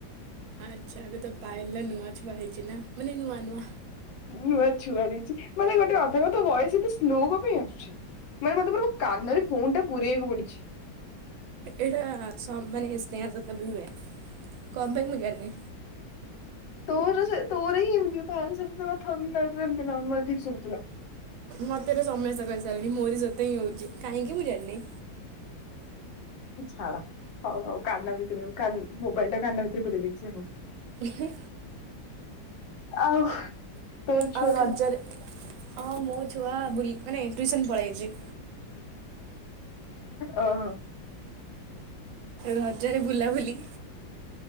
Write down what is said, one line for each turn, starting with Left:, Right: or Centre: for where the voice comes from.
Right: ଆଚ୍ଛା ଏବେ ତ ପାୟଲର ନୂଆ ଛୁଆ ହେଇଛି ନା ମାନେ ନୂଆଁ ନୂଆଁ
Left: ନୂଆ ଛୁଆ ଦେଇଛି ମାନେ ଗୋଟେ ତାଙ୍କ ତ ଭଏସ ଏତେ ସ୍ଲୋ କଣ ପାଇଁ ଆସୁଛି। ମେ ମତେ କାନରେ ଫୋନ୍ ଟା ପୁରେଇବାକୁ ପଡିଛି।
Right: ଏଇଟା ସ ମାନେ <unintelligible> କଣ ପାଇଁ ମୁଁ ଜାଣିନି।
Left: ତୋର ସେ ତୋର ହି <unintelligible> ଠିକ ଶୁଭୁଥିଲା।
Right: ମତେ ତ ସମସ୍ତେ କହିସାରିଲଣି ମୋରି ସତ୍ୟ ହିଁ ହଉଛି କାହିଁକି ମୁଁ ଜାଣିନି।
Left: ଛାଡ ହଉ ହଉ କାନ ଭିତରେ ମୋବାଇଲ ଟା କାନ ଭିତରେ ପୁରେଇଦେଇଛି ଆଉ।
Right: ହ
Left: ଆଉ ତୋର ଛୁଆ
Right: ଆଉ ରଜରେ ହଁ ମୋ ଛୁଆ ବୁଲି ମାନେ ଟିଉସନ ପଳେଇଛି।
Left: ଓହୋ।
Right: ରଜରେ ବୁଲାବୁଲି